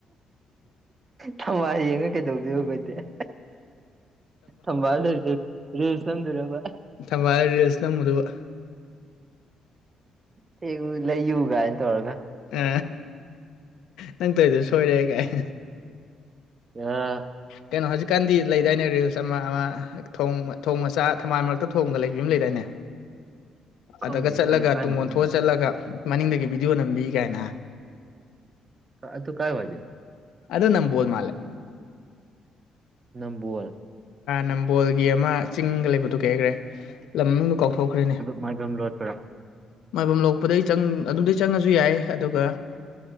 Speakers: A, on the right; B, on the left.
A: ꯊꯝꯕꯥꯜ ꯌꯦꯡꯉ ꯀꯩꯗꯧꯗꯣꯏꯕ ꯑꯩꯈꯣꯏꯗꯤ ꯊꯝꯕꯥꯜ ꯂꯩꯔꯗꯤ ꯔꯤꯜꯁ ꯅꯝꯗꯣꯏꯔꯕ
B: ꯊꯝꯕꯥꯜ ꯔꯤꯜꯁ ꯅꯝꯃꯨꯗꯧꯕ
A: ꯊꯦꯛꯎ ꯂꯩꯌꯨ ꯀꯥꯏꯅ ꯇꯧꯔꯒ
B: ꯑ ꯅꯪ ꯇꯧꯔꯤꯗꯤ ꯁꯣꯏꯔꯦ ꯀꯥꯏꯅ
A: ꯑꯥ
B: ꯀꯩꯅꯣ ꯍꯧꯖꯤꯛ ꯀꯥꯟꯗꯤ ꯂꯩ ꯂꯩꯗꯥꯏꯅꯦ ꯔꯤꯜꯁ ꯑꯃ ꯑꯃ ꯊꯣꯡ ꯊꯣꯡ ꯃꯆꯥ ꯊꯝꯕꯥꯜ ꯃꯔꯛꯇ ꯊꯣꯡꯒ ꯂꯩꯕꯤ ꯑꯃ ꯂꯩꯗꯥꯏꯅꯦ
A: <unintelligible>
B: ꯑꯗꯒ ꯆꯠꯂꯒ
A: ꯀꯩ ꯀꯥꯏ
B: ꯇꯨꯡ
A: ꯃꯐꯝꯗꯅꯣ
B: ꯑꯣꯟꯊꯣꯛꯑ ꯆꯠꯂꯒ ꯃꯅꯤꯡꯗꯒꯤ ꯚꯤꯗꯤꯑꯣ ꯅꯝꯕꯤ ꯀꯥꯏꯅ
A: ꯑꯗꯨ ꯀꯥꯏꯋꯥꯏꯗꯅꯣ
B: ꯑꯗꯨ ꯅꯝꯕꯣꯜ ꯃꯥꯜꯂꯦ
A: ꯅꯝꯕꯣꯜ
B: ꯅꯝꯕꯣꯜꯒꯤ ꯑꯃ ꯆꯤꯡꯒ ꯂꯩꯕꯗꯨꯣ ꯀꯩ ꯍꯥꯏꯒꯔ꯭ꯦ ꯂꯝ ꯀꯥꯎꯊꯣꯛꯈ꯭ꯔꯦꯅꯦ
A: ꯃꯥꯏꯕꯝ ꯂꯣꯛꯄ
B: ꯃꯥꯏꯕꯝ ꯂꯣꯛꯄꯗꯩ ꯆꯪ ꯑꯗꯨꯗꯩ ꯆꯪꯉꯁꯨ ꯌꯥꯏ ꯑꯗꯨꯒ